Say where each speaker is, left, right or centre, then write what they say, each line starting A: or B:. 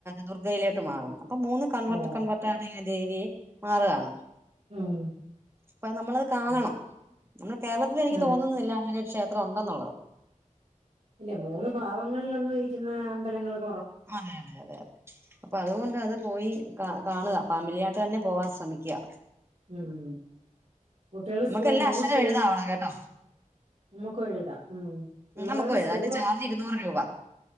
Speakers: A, on the right; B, on the right.
A: ദുർഗയിലോട്ട് മാറുന്നു. അപ്പൊ മൂന്ന് കൺവെർട്ട്
B: ഓ
A: കൺവെർട്ട്. <unintelligible> ദേവിയെ മാറാണ്.
B: ഉം
A: അപ്പ നമ്മളത് കാണണം.
B: ഉം
A: നമ്മുടെ കേരളത്തി എനിക്ക്
B: അതെ
A: തോന്നുന്നില്ല അങ്ങനെ ഒരു ഷേ <unintelligible>
B: ഇല്ല മൂന്ന് ഭാവങ്ങളിലൊന്നും ഇരിക്കുന്ന അമ്പലങ്ങളും.
A: അതെ, അതെ, അതെ, അതെ, അപ്പൊ അതുകൊണ്ട് അത് പോയി കാ കാണുക. ഫാമിലിയാട്ട് തന്നെ പോവാൻ ശ്രമിക്യ.
B: ഉം. കുട്ട്യോൾ
A: നമുക്കെല്ലാം
B: സ്കൂൾ മോളു
A: അക്ഷരം
B: സ്കൂൾ.
A: എഴുതാവണം കേട്ടോ
B: നമുകും എഴുതാ ഉം. പിള്ളേരുടെ
A: നമുക്കും വഴുത.
B: സ്കൂള്
A: അതിന്റെ ചാർജ് ഇരുന്നൂറ്
B: ആ
A: രൂപ.